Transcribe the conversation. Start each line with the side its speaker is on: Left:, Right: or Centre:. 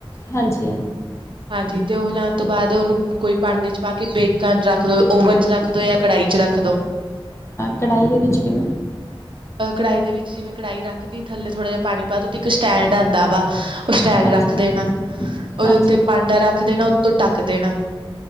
Left: ਹਾਂਜੀ।
Right: ਹਾਂਜੀ ਤੇ ਉਹ ਹਿਲਾਣ ਤੋਂ ਬਾਅਦ ਉਹਨੂੰ ਕੋਈ ਭਾਂਡੇ ਚ ਪਾ ਕੇ ਬੇਕ ਕਰਨ ਰੱਖ ਦੋ ਓਵਨ ਚ ਰੱਖ ਦੋ ਜਾਂ ਕੜਾਹੀ ਚ ਰੱਖ ਦੋ।
Left: ਕੜਾਹੀ ਦੇ ਵਿੱਚ ਕਿਵੇਂ
Right: ਅ ਕੜਾਹੀ ਦੇ ਵਿੱਚ ਜਿਵੇਂ ਕੜਾਈ ਰੱਖਦੀ ਥੱਲੇ ਥੋੜਾ ਜਿਹਾ ਪਾਣੀ ਪਾ ਤੇ ਉ ਇੱਕ ਸਟੈਂਡ ਆਉਂਦਾ ਵਾ ਉਹ ਸਟੈਂਡ
Left: ਹਾਂਜੀ
Right: ਰੱਖ ਦੇਣਾ ਉਹਦੇ
Left: ਹਾਂਜੀ
Right: ਉੱਤੇ ਭਾਂਡਾ ਰੱਖ ਦੇਣਾ। ਤ ਤੋਂ ਟੱਕ ਦੇਣਾ।